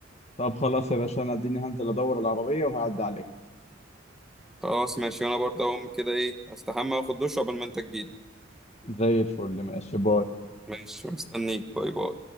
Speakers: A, on the left; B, in the centre.
A: طب خلاص يا باشا انا اديني هنزل ادور العربية وهعدي عليك
B: خلاص ماشي وانا برضه اقوم كده ايه استحمى واخد دش قبل ما انت تجيلي
A: زي الفل ماشي باي
B: ماشي مستنيك باي باي